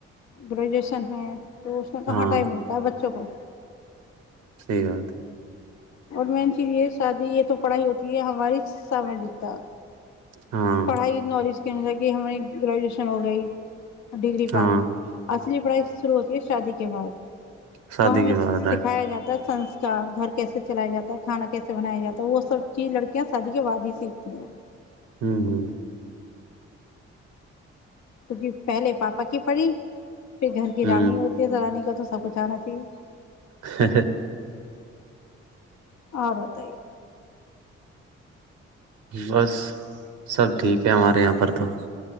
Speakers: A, on the left (about 70°); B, on the right (about 85°).
A: گریجویشن ہے تو اس میں کہاں
B: ہاں
A: ٹائم ملتا ہے بچوں کو
B: صحیح بات ہے
A: اور میں چی یہ شادی یہ تو پڑھائی ہوتی ہے ہماری ساماجکتا
B: ہاں
A: پڑھائی نالج کہنے تھا کہ ہماری گریجویشن ہو گئی ڈگری پڑی
B: ہاں
A: پے پڑھائی شرو ہوتی ہے شادی کے بعد
B: شادی
A: وہ ہمیں
B: کے بعد
A: سکھایا
B: رائٹ
A: جاتا تھا سنسکار گھر کیسے ے چلایا جاتا ہے کھا کیسے بنایا جاتا ہے وہ سب چیز لڑکیاں شادی کے بعد ہی سیکھتی ہیں
B: ہوں ہوں
A: کیکہ پہلے پاپا کی پڑی پھر گھر کی
B: ہ
A: رانی ہوتی ہے تو رانی کا تو سب کچھ آنا چاہیے
B: ہ
A: اورت ہی ہے
B: بس سب ٹھیک ہے ہمارے یہاں پر تو